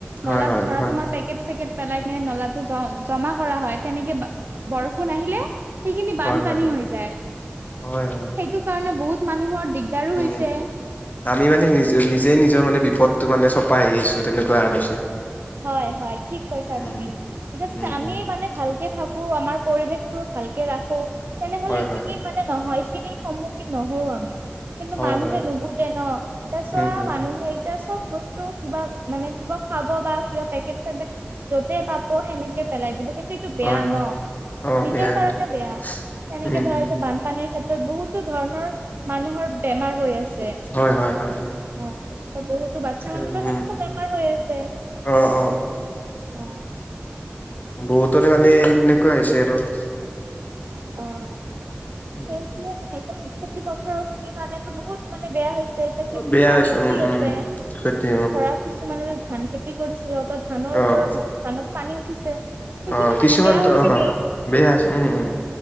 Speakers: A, on the right; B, on the left.
A: নলাত
B: হয় হয়
A: ধৰা
B: হয়
A: তোমাৰ পে কেট - চেকেট পেলাই কিনে নলাটো জ জমা কৰা হয় তেনেকে বা বৰষুণ আহিলে সেইখিনি বানপানী
B: হয় হয়
A: হৈ যায়,
B: হয় হয়
A: সেইটো কাৰণে বহুত মানুহৰ দিগদাৰো
B: উম
A: হৈছে।
B: আমি মানে নিজ নিজেই নিজৰ মানে বিপদটো মানে চপাই আহি আছো তেনেকুৱা এ হৈছে।
A: হয় হয় ঠিক কৈছা
B: উম
A: তুমি, এতিয়া তেতিয়া
B: উম
A: আমি
B: উম
A: মানে ভাল কে থাকো আমাৰ পৰিৱেশটো ভালকে ৰাখো, তেনেহলে
B: হয়
A: এইখিনি
B: হয়
A: মানে নহয়, এইখিনিৰ সন্মুখীন নহওঁ আমি। কিন্তু
B: হয়
A: মানুহে
B: হয়
A: নুবুজে ন? তাৰছোৱা
B: উম উম
A: মানুহে এতিয়া চব বস্তু কিবা মানে কিবা খাব বা কিবা পেকেট- চেকেট য'তেই পাব সেনেকে পেলাই দিলো কিন্তু এইটো বেয়া
B: হয় হয়
A: ন?
B: অ
A: নিজৰ
B: বেয়া
A: কাৰণে
B: এইটো
A: বেয়া, তেনেকে
B: উম
A: ধৰা
B: উম
A: এতিয়া বানপানীৰ ক্ষেত্ৰত বহুত তো ধৰণৰ মানুহৰ বেমাৰ হৈ আছে।
B: হয় হয় হয় হয়।
A: অ, ত বহুতো বাচ্ছা
B: তেনে
A: মানুহো
B: উম
A: সেনেকুৱা বেমাৰ হৈ আছে।
B: অ অ।
A: অ।
B: বহুতৰে মানে এ এনেকুৱা হৈছে আৰু।
A: অহ,
B: উম
A: সেইটোয়ে মানে এই খেতি পথাৰখিনি মানেতো বহুত মানে বেয়া হৈ তে এতিয়া খেতিত
B: বেয়া
A: পানী
B: হৈছে
A: উঠি
B: উম উম
A: আছে
B: সেইটো
A: ধৰা কিছুমানে ধান খেতি কৰিছে, সিহঁতৰ ধানৰ ওপৰত
B: অ
A: মানে ধানত পানী উঠিছে। সেইখিনি
B: অ কিছুমান
A: মানে বেয়া হৈছে
B: অ
A: দিয়াচোন
B: বেয়া হৈছে উম উম